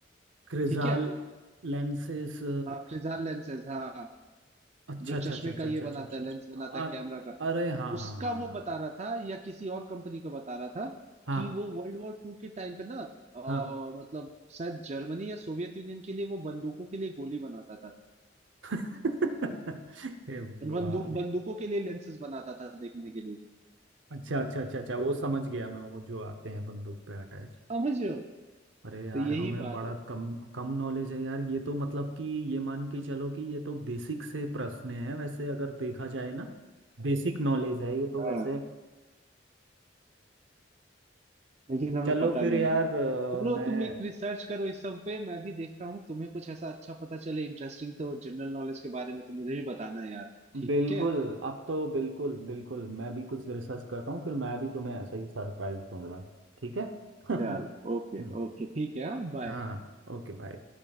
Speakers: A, on the right; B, on the right.
A: Crizal
B: ठीक है
A: lenses
B: हाँ क्रिजाल लेंसेज हाँ
A: अच्छा
B: जो
A: अच्छा
B: चश्मे
A: अच्छा अच्छा
B: का ये
A: अच्छा
B: बनाता
A: अच्छा अच्छा
B: है
A: अच्छा।
B: लेंस बनाता है
A: आ,
B: कैमरा का
A: अरे हाँ
B: उसका
A: हाँ हाँ
B: वो बता रहा था या किसी और कंपनी का बता रहा था
A: हाँ
B: कि
A: हाँ
B: वो वर्ल्ड वॉर टू के टाइम पे ना अ,
A: हाँ
B: मतलब शायद जर्मनी या सोवियत यूनियन के लिए वो बंदूकों के लिए गोली बनाता था
A: <laughs> हे भगवान
B: बंदूक बंदूकों के लिए लेंसेस बनाता था देखने के लिए
A: अच्छा अच्छा अच्छा अच्छा वो समझ गया मैं वो जो आते हैं बंदूक पे अटैच
B: समझ रहे हो तो
A: अरे यार
B: यही
A: हमें
B: बात
A: बड़ा
B: है
A: कम कम नॉलेज है यार ये तो मतलब कि ये मान के चलो कि ये तो बेसिक से प्रश्न है वैसे अगर देखा जाए ना बेसिक नॉलेज है ये तो
B: हाँ
A: वैसे
B: लेकिन हमें
A: चलो
B: पता
A: फिर
B: नहीं
A: यार
B: है
A: अ,
B: चलो
A: मैं
B: तुम एक रिसर्च करो इस सब पे मैं भी देखता हूँ तुम्हें कुछ ऐसा अच्छा पता चले इंटरेस्टिंग तो जनरल नॉलेज के बारे में तो मुझे भी बताना है यार ठीक
A: बिल्कुल
B: है
A: अब तो बिल्कुल बिल्कुल मैं भी कुछ रिसर्च करता हूँ फिर मैं भी तुम्हें ऐसा ही सरप्राइज दूंगा ठीक है <laughs> हम्म,
B: चलो ओके ओके ठीक है हाँ बाय
A: हाँ ओके बाय